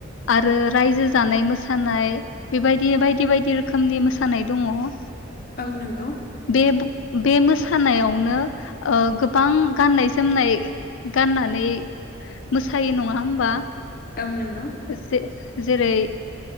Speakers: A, on the left; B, on the left.
A: आरो रायजो जानाय मोसानाय बेबायदि बायदि बायदि रोखोमनि मोसानाय दङ। ओ
B: औ नंगौ
A: बे बे मोसानायावनो ओ गोबां गाननाय जोमनाय गाननानै‌ मोसायो नङा होमबा?
B: औ नंगौ।
A: जे जेरै